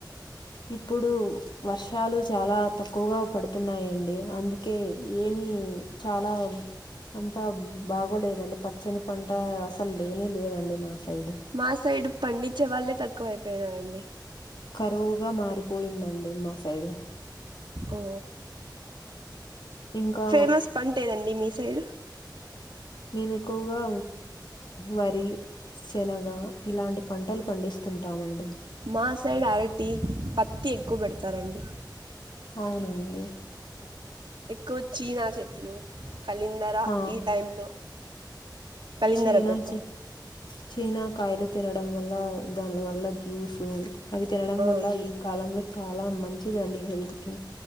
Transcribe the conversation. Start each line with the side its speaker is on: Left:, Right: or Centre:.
Left: ఇప్పుడు వర్షాలు చాలా తక్కువగా పడుతున్నాయండి అందుకే ఏమి చాలా అంతా బాగోలేదండి పచ్చని పంట అసలు లేనె లేదండి మ మా సైడ్
Right: మా సైడ్ పండించే వాళ్ళే తక్కువైపోయినారండి
Left: కరువుగా మారిపోయిందండి మా సైడ్
Right: ఓ
Left: ఇంకా
Right: ఫేమస్ పంటేదండి మీ సైడ్
Left: మేము ఎక్కువగా వరి శనగ ఇలాంటి పంటలు పండిస్తుంటామ అండి
Right: మా సైడ్ అరటి పత్తి ఎక్కువ పెడుత తారండి
Left: అవునండి
Right: ఇ ఎక్కువ చీనా చెట్లు కలిందర
Left: ఆ
Right: ఈ టైంలో కలిందర
Left: చీనా
Right: పెడతారు
Left: చ చీనా కాయలు తినడం వల్ల దాని వల్ల జ్యూస్ సు అవి తినడం
Right: ఆ
Left: వల్ల ఈ కాలంలో చాలా మంచి మంచిదండి హెల్త్ కి